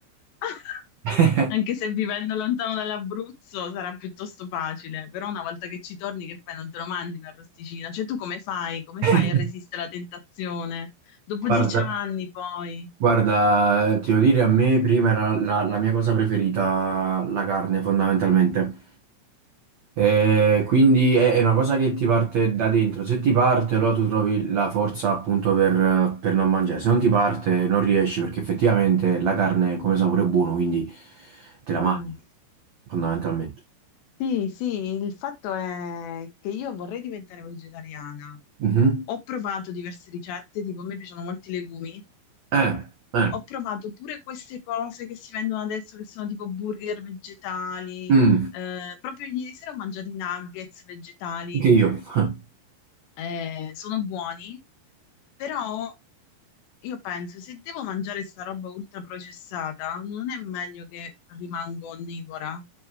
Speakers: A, on the left; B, on the right.
A: <laughs>
B: <laughs>
A: Anche se vivendo lontano dall'Abruzzo sarà piuttosto facile, però una volta che ci torni, che fai? Non te lo mangi un arrosticino? Cioè, tu come fai? Come
B: <laughs>
A: fai a resistere alla tentazione? Dopo
B: Guarda,
A: dieci anni, poi.
B: guarda, eh, ti devo dire, a me prima era la, la mia cosa preferita, la carne, fondamentalmente. Eh, quindi è, è una cosa che ti parte da dentro. Se ti parte, allora tu trovi la forza appunto per, per non mangiare. Se non ti parte, non riesci perché effettivamente la carne come sapore è buono, quindi te
A: Ah,
B: la mangi, fondamentalmente.
A: sì, sì, il fatto è che io vorrei diventare vegetariana.
B: Mhm.
A: Ho provato diverse ricette, tipo a me piacciono molti legumi
B: Eh, eh,
A: ho provato pure queste cose che si vendono adesso, che sono tipo burger vegetali.
B: mm,
A: Eh, proprio ieri sera ho mangiato i nuggets vegetali.
B: anche io. <laughs>
A: Eh, sono buoni, però io penso, se devo mangiare sta roba ultra processata, non è meglio che rimango onnivora?